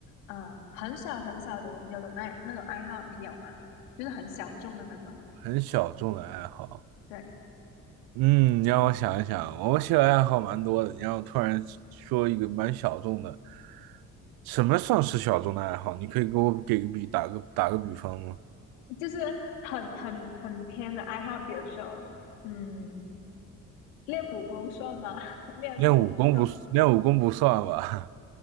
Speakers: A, on the left; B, on the right.
A: 嗯、很少很少有人有的那那种爱好，你有吗？就是很小众的那种，
B: 很小众的爱好。
A: 对，
B: 嗯，你让我想一想，我兴趣爱好蛮多的。你让我突然说一个蛮小众的，什么算是小众的爱好？你可以给我给个比，打个打个比方吗？
A: 就是很很很偏的爱好，比如说，嗯，练武功算吗？<laughs> 练武这种
B: 练武功不，练武功不算吧